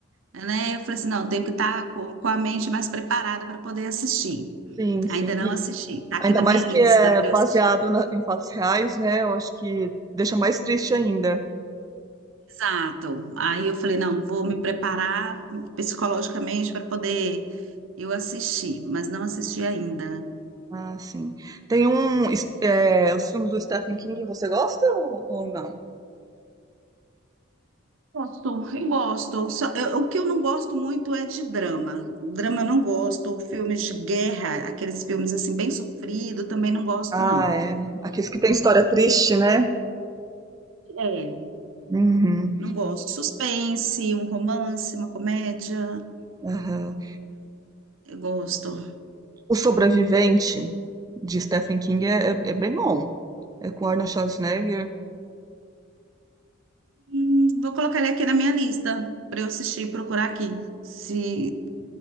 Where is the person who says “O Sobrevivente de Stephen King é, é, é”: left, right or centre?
Right